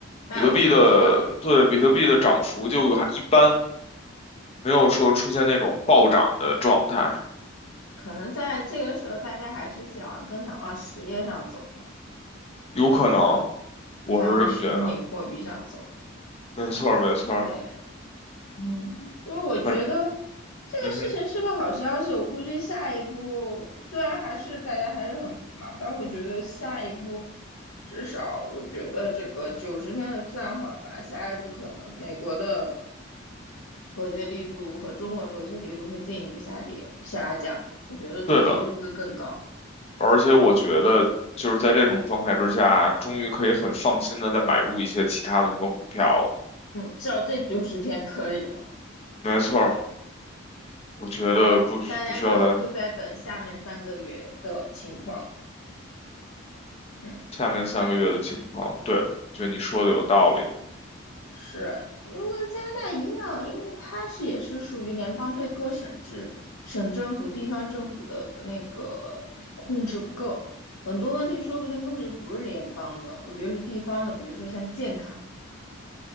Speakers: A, on the left; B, on the left.
A: 那我就不知道了。
B: 比特币的，对，比特币的涨幅就还一般，没有说出现那种暴涨的状态，
A: 可能在这个时候，大家还是想更想往实业上走吧，
B: 有可能，
A: 对，不想往虚拟货币上走。
B: 我是这么觉得。没错儿，没错儿，
A: 对，嗯，所以我觉得
B: 反
A: 这个事情是个好消息。
B: 嗯哼，
A: 我估计下一步虽然还是大家还是很迷茫，但是我觉得下一步至少我觉得这个九十天的暂缓吧，下一步可能美国的妥协力度和中国妥协力度会进一步下跌下降。我觉得妥协力度会更高。
B: 对的。而且我觉得就是在这种状态之下啊，终于可以很放心的再买入一些其他的什么股票了。
A: 嗯，至少这九十天可以了。
B: 没错儿我觉得不需不需要在
A: 然后大家可能就在等下面三个月的情况。嗯。
B: 下面三个月的情况。对，我觉得你说的有道理，
A: 是，就跟加拿大一样，因为它是也是属于联邦对各省制、省政府、地方政府的那个控制不够，很多问题说不定根本就不是联邦的，我觉得是地方的，比如说像健康，